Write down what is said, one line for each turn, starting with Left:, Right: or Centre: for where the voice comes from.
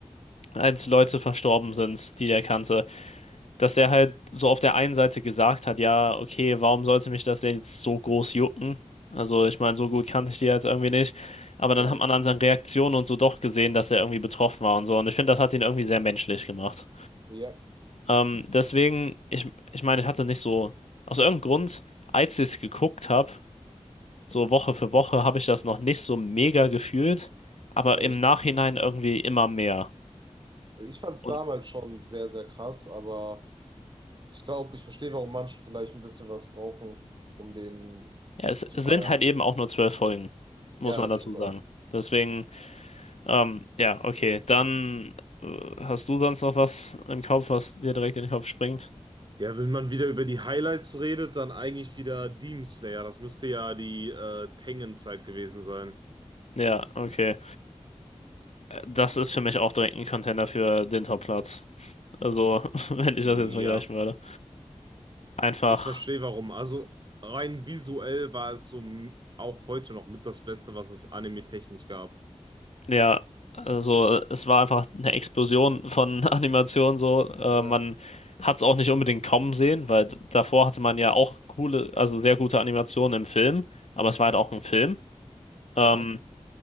Left: als Leute verstorben sind, die der kannte, dass er halt so auf der einen Seite gesagt hat, ja, okay, warum sollte mich das denn jetzt so groß jucken? Also ich meine, so gut kannte ich die jetzt irgendwie nicht. Aber
Right: Ja,
Left: dann hat man an seinen Reaktionen und so doch gesehen, dass er irgendwie betroffen war und so. Und ich finde, das hat ihn irgendwie sehr menschlich gemacht.
Right: ja,
Left: Ähm, deswegen, ich, ich meine, ich hatte nicht so, aus irgendeinem Grund, als ich es geguckt habe, so Woche für Woche, habe ich das noch nicht so mega gefühlt, aber
Right: echt?
Left: im Nachhinein irgendwie immer mehr.
Right: Ich fand es
Left: Und
Right: damals schon sehr, sehr krass, aber ich glaube, ich verstehe, warum manche vielleicht ein bisschen was brauchen, um den
Left: ja, es,
Right: zu
Left: es
Right: feiern.
Left: sind halt eben auch nur zwölf Folgen, muss
Right: Ja,
Left: man
Right: das
Left: dazu
Right: stimmt
Left: sagen.
Right: auch.
Left: Deswegen, ähm, ja, okay, dann äh, hast du sonst noch was im Kopf, was dir direkt in den Kopf springt?
Right: Ja, wenn man wieder über die Highlights redet, dann eigentlich wieder Demon Slayer. Das müsste ja die äh, Tengen-Zeit gewesen sein.
Left: Ja, okay. Äh, Das ist für mich auch direkt ein Contender für den Top-Platz. Also, <laughs> wenn ich
Right: Ja,
Left: das jetzt vergleichen würde. Einfach.
Right: ich verstehe warum. Also rein visuell war es so m- auch heute noch mit das Beste, was es anime-technisch gab.
Left: Ja, also es war einfach eine Explosion von <laughs> Animationen so. Äh,
Right: Ja,
Left: man hat es auch nicht unbedingt kommen sehen, weil d- davor hatte man ja auch coole, also sehr gute Animationen im Film, aber es war halt auch ein Film.
Right: ja,
Left: Ähm,